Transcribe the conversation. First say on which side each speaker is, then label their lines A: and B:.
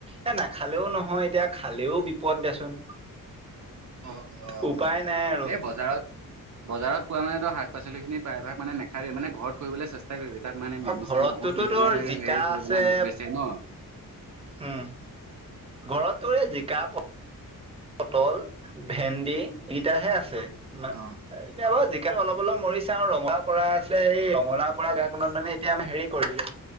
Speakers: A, on the right; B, on the right.
A: এ নাখালেও নহয় এতিয়া। খালেও বিপদ দিয়াচোন।
B: অ', অ'।
A: উপায় নাই আৰু।
B: এই বজাৰত বজাৰত পোৱা মানে ধৰ শাক পাচলি খিনি প্ৰায়ভাগ মানে নেখাবি মানে ঘৰত কৰিবলৈ চেষ্টা কৰিবি। তাত মানে মেডিচিন
A: অ ঘৰতটোতো
B: বহুত দি
A: তোৰ
B: পেলাই,
A: জিকা
B: হেৰি কৰি
A: আছে
B: পেলাই বেচে ন?
A: উম, ঘৰতটো এ জিকা পটল, ভেন্দি এইকেইটাহে আছে
B: অ',
A: এতিয়া। অলপ - অলপ মৰি সাং ৰহ পৰা আছেই কমলা পৰা গাঢ়িখন আমি এতিয়া হেৰি কৰিলো